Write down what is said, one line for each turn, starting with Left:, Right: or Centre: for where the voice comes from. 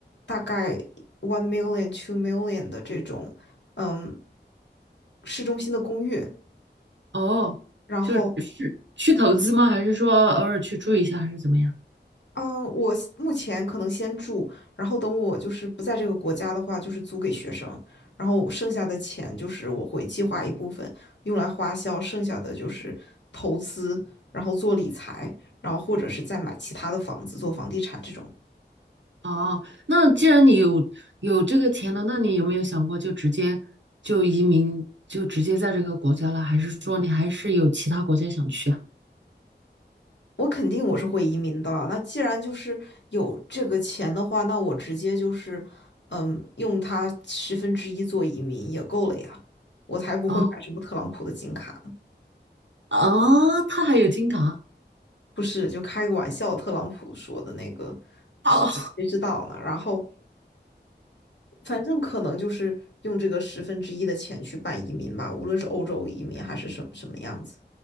Left: 大概 one million、two million 的这种嗯市中心的公寓，
Right: 哦，
Left: 然后
Right: 就是是去投资吗？还是说偶尔去住一下，还是怎么样？
Left: 嗯，呃我目前可能先住，然后等我就是不在这个国家的话，就是租给学生，然后剩下的钱就是我会计划一部分用来花销，剩下的就是投资，然后做理财，然后或者是再买其他的房子做房地产这种。
Right: 哦，那既然你有有这个钱了，那你有没有想过就直接就移民，就直接在这个国家了？还是说你还是有其他国家想去啊？
Left: 我肯定我是会移民的。那既然就是有这个钱的话，那我直接就是，嗯，用它十分之一做移民也够了呀。我才不会买什么特朗普的金卡呢。
Right: 哦哦，他还有金卡
Left: 不是，就开个玩笑，特朗普说的那个，
Right: 哦，
Left: 谁知道呢？然后反正可能就是用这个十分之一的钱去办移民吧，无论是欧洲移民还是什么什么样子。